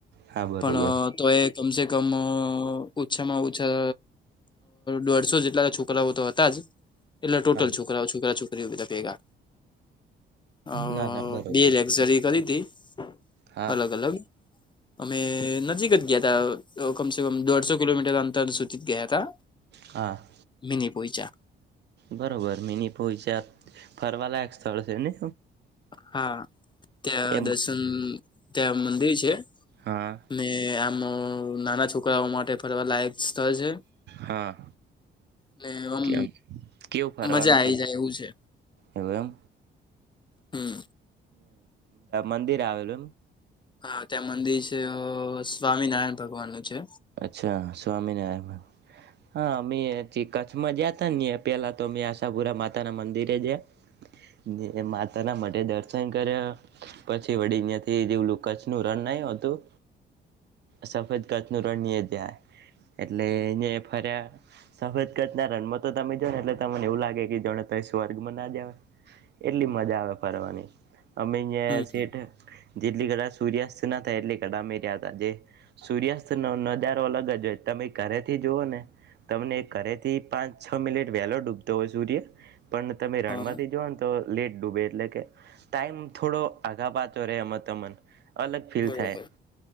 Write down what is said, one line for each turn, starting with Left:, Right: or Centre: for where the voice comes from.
Right: હા બરોબર
Left: પણ તો એ કમસે કમ ઓછામાં ઓછા દોઢસો જેટલા છો કરાઓ તો હતા જ એટલે ટોટલ
Right: હા
Left: છોકરાઓ છોકરા છોકરીઓ બધા ભેગા હ
Right: ના ના બરોબર
Left: બે લક્ઝરી કરી હતી.
Right: હા
Left: અલગ અલગ અમે નજીક જ ગયા હતા કમસે કમ દોઢસો કિલોમીટર અંતર સુધી જ ગયા હતા.
Right: હા.
Left: મિની પોઈચા
Right: બરોબર મિની પોઈચા ફરવાલાયક સ્થળ છે ને
Left: હા ત્યાં
Right: એમ
Left: દર્શન ત્યાં મંદિર છે.
Right: હા.
Left: ને આમ નાના છોકરાઓ માટે ફરવા લાયક સ્થળ છે
Right: હા.
Left: ને આમ
Right: કેમ કેવું ફરવાનું
Left: મજા આઈ
Right: કેવું
Left: જાય એવું છે
Right: એવું એમ
Left: હમ
Right: મંદિર આવેલું એમ
Left: હા ત્યાં મંદિર છે સ્વામિનારાયણ ભગવાનનું છે.
Right: અચ્છા સ્વામિનારાયણ હા મેં ચિકન કચ્છમાં જયા ત ને પેલા તો અં આશાપુરા માતા ના મંદિરે જયા ને માતાના માટે દર્શન કર્યા પછી વડી જેલું કચ્છ નું રણ નય હતું સફેદ કચ્છ નું રણ ગ્યા તા એટલે નયા ફરયા સફેદગજ ના રણમાં તો તમે જો ને એટલે તમને એવું લાગે કે જોને ત સ્વર્ગમાં ના જ આવ એટલી મજા આવે ફરવાની અમે અહીંયા
Left: હમ
Right: સીટ જેટલી ઘડા સૂર્યાસ્ત ના થાય એટલી કડામેી રહ્યા હતા જે સૂર્યાસ્ત નો નજારો અલગ જ હોય તમે ઘરેથી જુઓ ને તમને ઘરે થી પાંચ છ મિનિટ વહેલો ડૂબતો હોય સૂર્ય પણ તમે
Left: હા
Right: રણમાંથી જોવ ને તો લેટ ડૂબે એટલે કે ટાઈમ થોડો આગા પાતો રહેે એમ તમને અલગ ફીલ
Left: બરોબર
Right: થાય